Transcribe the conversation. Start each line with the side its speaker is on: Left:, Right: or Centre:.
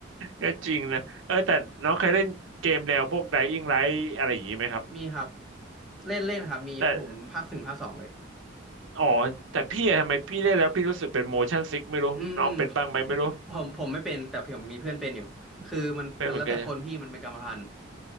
Right: ก็จริงนะเออแต่น้องเคยเล่นเกมแนวพวก Dying Light อะไรอย่างนี้ไหมครับ
Centre: มีครับเล่นเล่นครับมีผมภาคถึงภาคสองเลย
Right: แต่อ๋อแต่พี่อะทำไมพี่เล่นแล้วพี่รู้สึกเป็น motion sick ไม่รู้น้องเป็นบ้างไหมไม่รู้
Centre: อืมอืมผมผมไม่เป็นแต่ผมมีเพื่อนเป็นอยู่คือมันมันแล้วแต่คนพี่มันเป็นกรรมพันธุ์
Right: เป็นเหมือนกันนะ